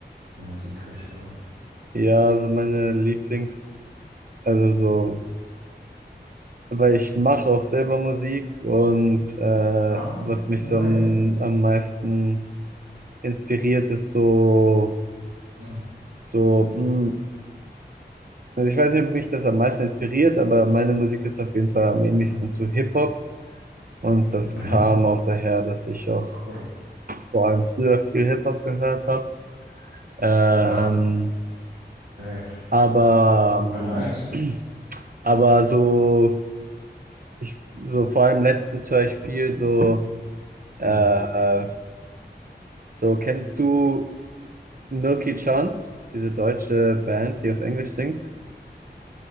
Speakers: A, on the right; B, on the right.
A: eine Musikrichtung?
B: ja, also meine Lieblings, also
A: Hm.
B: so, weil ich mache auch selber Musik und äh,
A: Ah,
B: was mich
A: no
B: so
A: way.
B: am, am meisten inspiriert, ist so,
A: Hm.
B: so, mh, also ich weiß nicht, ob mich das am meisten inspiriert, aber meine Musik ist auf jeden Fall am ähnlichsten
A: Hm.
B: zu Hip-Hop und das
A: Mhm.
B: kam auch daher, dass ich auch
A: Cool.
B: vor allem früher viel Hip-Hop gehört habe. Ähm,
A: Ja, safe.
B: Aber,
A: Voll nice.
B: ähm, aber so, ich, so vor allem letztens höre ich viel so,
A: Hm.
B: äh, äh, so kennst du Milky Chance, diese deutsche Band, die auf Englisch singt?